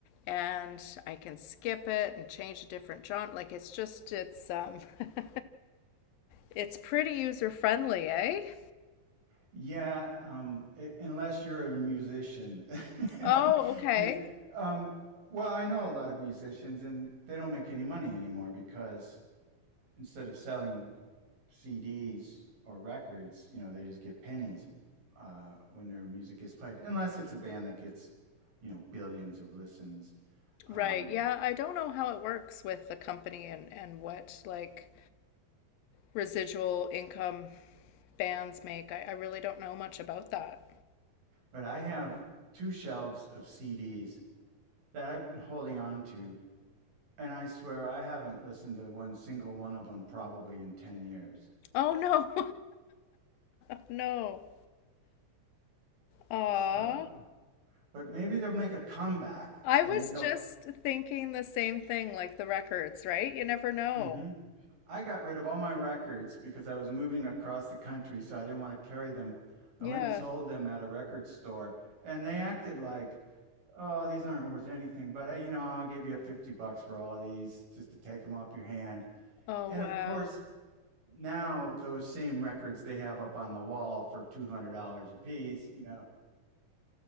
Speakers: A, on the left; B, on the right.
A: and I can skip it and change a different genre. Like it's just it's um, <laughs> it's pretty user friendly, eh?
B: Yeah, um, i- unless you're a musician,
A: Oh,
B: <laughs>
A: okay.
B: because um, well, I know a lot of musicians, and they don't make any money anymore because instead of selling CDs or records, you know, they just get pennies uh, when their music gets played, unless it's a band that gets, you know, billions of listens.
A: Right.
B: Um,
A: Yeah, I don't know how it works with the company and and what like residual income bands make. I, I really don't know much about that.
B: but I have two shelves of CDs that I've been holding on to, and I swear I haven't listened to one single one of them probably in 10 years.
A: Oh no. <laughs> No. Aw.
B: So, but maybe they'll make a comeback
A: I
B: and
A: was
B: then they'll.
A: just thinking the same thing, like the records, right? You never know.
B: hmm I got rid of all my records because I was moving across the country, so I didn't want to carry them. I
A: Yeah.
B: went and sold them at a record store, and they acted like, "Oh, these aren't worth anything, but I, you know, I'll give you 50 bucks for all these just to take them off your hand."
A: Oh
B: And
A: wow.
B: of course, now those same records they have up on the wall for $200 a piece, you know.